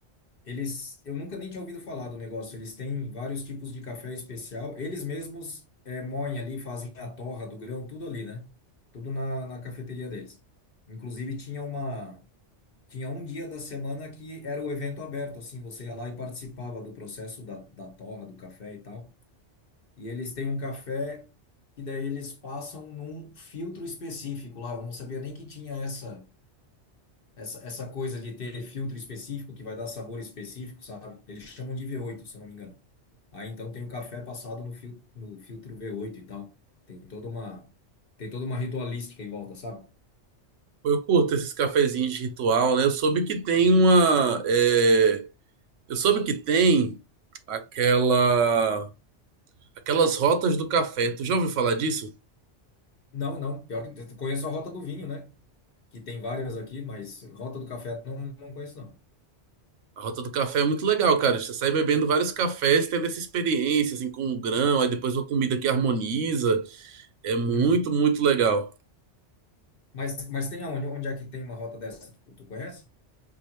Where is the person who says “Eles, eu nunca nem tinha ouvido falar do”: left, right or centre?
Left